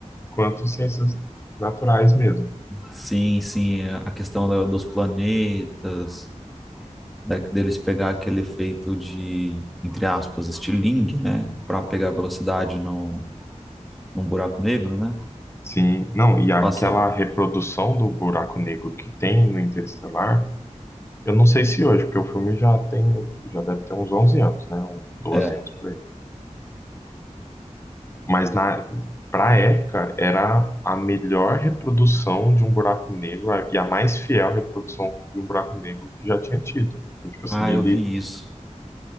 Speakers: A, on the left; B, in the centre.
A: quanto ciências naturais mesmo.
B: Sim, sim, a questão da- dos planetas, da, deles pegar aquele efeito de, entre aspas, estilingue, né? Para pegar velocidade num, num buraco negro, né?
A: Sim, não, e aquela
B: Passa.
A: reprodução do buraco negro que tem no Interestelar, eu não sei se hoje, porque o filme já tem, já deve ter uns 11 anos, né? Uns 12
B: É.
A: anos por aí. Mas na pra época era a melhor reprodução de um buraco negro a- e a mais fiel reprodução de um buraco negro que já tinha tido. Então, tipo assim,
B: Ah,
A: ele,
B: eu vi isso.